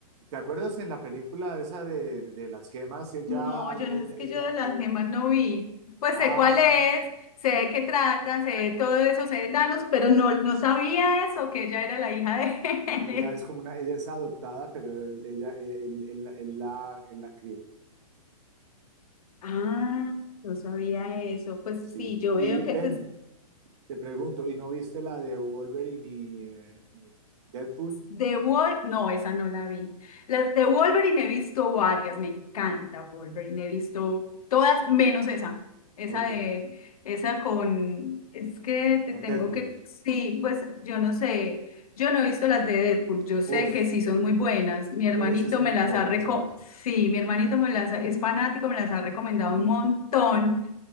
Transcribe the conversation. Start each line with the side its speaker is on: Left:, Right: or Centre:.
Right: ¿Te acuerdas en la película esa de, de las gemas? Ella,
Left: No,
Right: algo-
Left: yo no
Right: ella,
Left: es que
Right: ella,
Left: yo de las
Right: eh,
Left: gemas no vi. Pues
Right: ah,
Left: sé cuál es, sé de qué trata, sé de todo eso, sé de Thanos, pero no, no sabía eso, que ella era la hija de
Right: ella es como
Left: <laughs>
Right: una, ella es adoptada, pero ella, él, él- él la, él la crió.
Left: Ah, no sabía eso. Pues
Right: Sí.
Left: sí, yo veo
Right: Y
Left: que
Right: ven,
Left: pues,
Right: te pregunto, ¿y no viste la de Wolverine y eh, Deadpool?
Left: The Wolf, no, esa no la vi. Las de Wolverine he visto varias, me encanta Wolverine, he visto todas menos esa. Esa
Right: Ok,
Left: de, esa con, es que te
Right: con
Left: tengo
Right: Deadpool.
Left: que, sí, pues yo no sé, yo no he visto las de Deadpool, yo sé
Right: Uf,
Left: que sí son muy buenas. Mi hermanito
Right: pues ese es el
Left: me
Right: mejor
Left: las ha reco,
Right: personaje.
Left: sí, mi hermanito me las ha- es fanático, me las ha recomendado un montón.